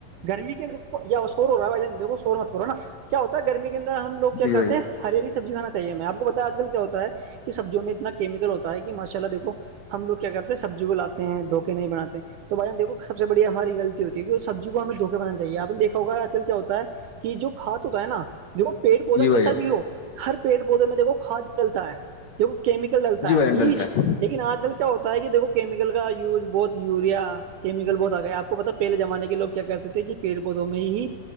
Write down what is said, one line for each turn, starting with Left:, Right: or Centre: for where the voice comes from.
Right: گرمی کے اندر یا سور ہو رہا ہےھ دھو سور مت ہو رہا نا کیا ہوتا گرمی کے اندر ہم لو کیا
Left: جی
Right: کہتے
Left: بھیا
Right: ہیں ہریالی سبزی کھان چاہے میں آپ کو پتا آج کل کیا ہوتا ہے سبزی میں اتنا کیمیکل ہوتا ہے کہ ماشاء اللہ دیکو ہم لوگ کیا کرتے ہیں سبزی کو لاتے ہیں دھوکے نہیں بناتے ہیں تو بھائیان دیکو سب سے بڑی ہماری غطی ہوتی ہے سبزی کو ہمیں دھوے بنا چاہیےپ نے دیکا ہوگاچل کیا ہوتا ہے <unintelligible> کہ جو کھاد ہوتا ہے نا دیکھو پیڑ پودے
Left: جی بھیا
Right: کیسا بھی ہو ہر پیڑ پودے میں دیکھو کھاد چلتا ہے کیمیکل ڈلتا
Left: جی
Right: ہے
Left: بھائی
Right: ہیچ
Left: جان ڈلتا ہے
Right: لیکن آج کل کے کیا ہوتا ہے کہ دیکھو کیمیکل کا یوز بہت یوریا کیمکل بہت آ گئے آپ کو پتا پہل زمانے کے لوگ کیا کرتے تھے کہ پیڑ پودوں میں ہی